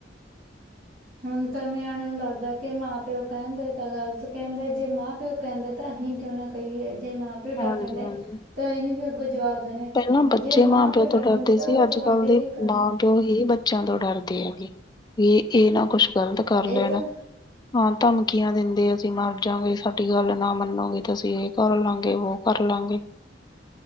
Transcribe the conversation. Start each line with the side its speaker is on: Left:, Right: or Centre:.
Right: ਹੁਣ ਤਾਂ ਨਿਆਣੇ ਨੂੰ ਲੱਗਦਾ ਕਿ ਮਾਂ ਪਿਓ ਕਹਿੰਦੇ ਤਾਂ ਗਲਤ ਕਹਿੰਦੇ ਜੇ ਮਾਂ ਪਿਓ ਕਹਿੰਦੇ ਤਾਂ ਅਸੀਂ ਕਿਉਂ ਨਾ ਕਹੀਏ ਜੇ ਮਾਂ- ਪਿਓ ਡੱਟਣ
Left: ਹਾਂਜੀ
Right: ਦੇ
Left: ਹਾਂਜੀ
Right: ਤਾਂ ਅਸੀਂ ਵੀ ਅੱਗੋਂ ਜਵਾਬ ਦੇਣੇ
Left: ਪਹਿਲਾਂ ਬੱਚੇ
Right: ਜੇ
Left: ਮਾਂ- ਪਿਓ ਤੋਂ
Right: ਡਟਣ
Left: ਡਰਦੇ
Right: ਦੇ ਤਾਂ
Left: ਸੀ।
Right: ਉਹ
Left: ਅੱਜ
Right: ਤੁਹਾਡੇ
Left: ਕੱਲ੍ਹ ਦੇ
Right: ਲਈ ਕਰਨ
Left: ਮਾਂ ਪਿ ਪਿਓ ਹੀ ਬੱਚਿਆਂ ਤੋਂ ਡਰਦੇ ਹੈਗੇ ਵੀ ਇਹ ਨਾ ਕੁਛ ਗਲਤ ਕਰ
Right: ਇਹ
Left: ਲੈਣ।
Right: ਤਾਂ
Left: ਹਾਂ ਧਮਕੀਆਂ ਦਿੰਦੇ ਅਸੀਂ ਮਰ ਜਾਗੇ। ਸਾਡੀ ਗੱਲ ਨਾ ਮੰਨੋਗੇ ਤੇ ਅਸੀਂ ਇਹ ਕਰ ਲਾਂਗੇ ਵੋ ਕਰ ਲਾਂਗੇ।